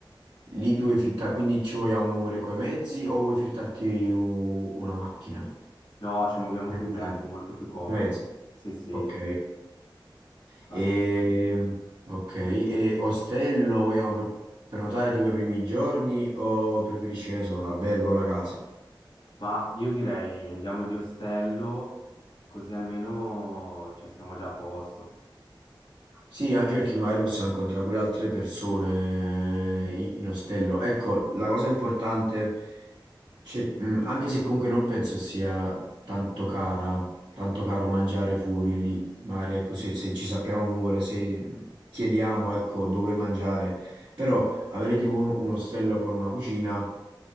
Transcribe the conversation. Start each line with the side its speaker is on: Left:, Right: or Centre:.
Right: lì tu vuoi fittare, quindi ci vogliamo muovere coi mezzi o vuoi fittarti u- una macchina?
Left: No, ci muoviamo
Right: Per
Left: con
Right: girare.
Left: i mezzi, è molto più comodo.
Right: I mezzi.
Left: Sì, sì,
Right: Ok. E,
Left: assolutamente.
Right: ok, e ostello vogliamo pre- prenotare tipo i primi giorni o preferisci, che ne so, un albergo o una casa?
Left: Ma io direi andiamo di ostello, così almeno cioè, siamo già a posto.
Right: Sì, anche perché magari possiamo incontrare pure altre persone i- in ostello. Ecco, la cosa importante, c'è- mh, anche se comunque non penso sia tanto cara, tanto caro mangiare fuori lì, magari ecco, se, se ci sappiamo muovere, se mh, chiediamo ecco, dove mangiare, però avere tipo un, un ostello con una cucina